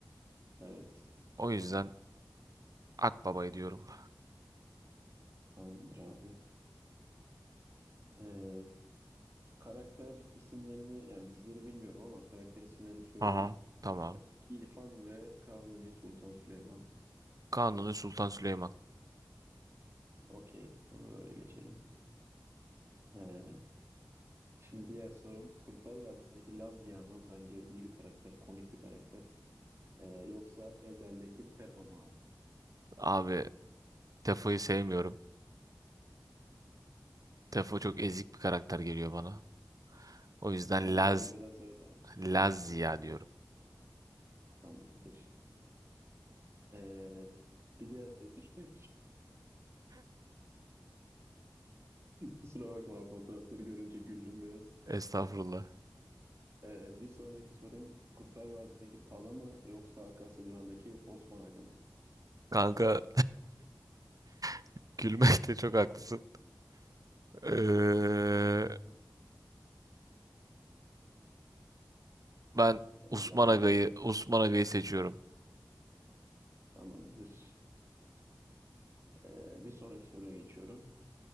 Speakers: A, on the right (about 35°); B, on the right (about 50°).
A: Evet.
B: O yüzden Akbaba'yı diyorum.
A: Tamamdır abi. Ee, Karakter isimlerini yani dizileri bilmiyorum ama karakter isimlerini söyleyeyim.
B: Aha. Tamam.
A: Ee, İrfan ve Kanuni Sultan Süleyman.
B: Kanuni Sultan Süleyman.
A: Okey. Bunu böyle geçelim. Ee, şimdi diğer sorum Kurtlar Vadisi'ndeki Laz Ziya mı? Bence iyi bir karakter. Komik bir karakter. Ee, yoksa Ezel'deki Tefo mu abi?
B: Abi Tefa'yı sevmiyorum. Tefo çok ezik bir karakter geliyor bana. O yüzden
A: Yani Ezel'de
B: Laz
A: biraz öyle.
B: Laz diyorum.
A: Tamamdır. Ee, bir diğer seçim. <laughs> Kusura bakma fotoğrafları görünce güldüm biraz.
B: Estağfurullah.
A: Ee, bir sonraki sorum Kurtlar Vadisi'ndeki Pala mı yoksa Akasya Duran'daki Osman Aga mı?
B: Kanka <laughs> gülmekte çok haklısın. Eee, ben
A: Sence
B: Osman
A: hangisi?
B: Aga'yı Osman Aga'yı seçiyorum.
A: Tamamdır. Ee, bir sonraki soruya geçiyorum.